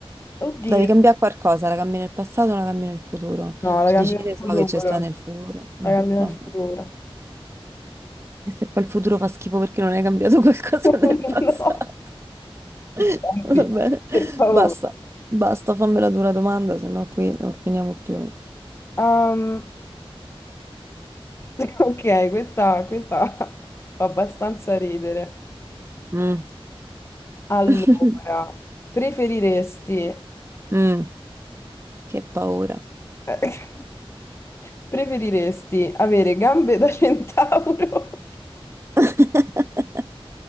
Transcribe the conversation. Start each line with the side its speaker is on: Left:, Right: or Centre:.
Left: Oddio.
Right: Devi cambiare qualcosa, la cambi nel passato o la cambi nel futuro?
Left: No, la
Right: Tu
Left: cambio
Right: dici che ne
Left: nel futuro.
Right: so che c'è sta nel futuro.
Left: La
Right: Mm,
Left: cambio
Right: vabbè.
Left: nel futuro.
Right: E se poi il futuro fa schifo perché non hai cambiato qualcosa
Left: <laughs>
Right: <laughs> nel passato.
Left: No.
Right: <laughs>
Left: Senti,
Right: Va bene,
Left: per favore.
Right: basta, basta, fammela tu la dura domanda, se no qui non finiamo più.
Left: Um, <laughs> ok, questa, questa <laughs> fa abbastanza ridere.
Right: Mm.
Left: Allora,
Right: <laughs>
Left: preferiresti...
Right: Mm, Che paura.
Left: <laughs> Preferiresti avere gambe da centauro? <laughs>
Right: <laughs>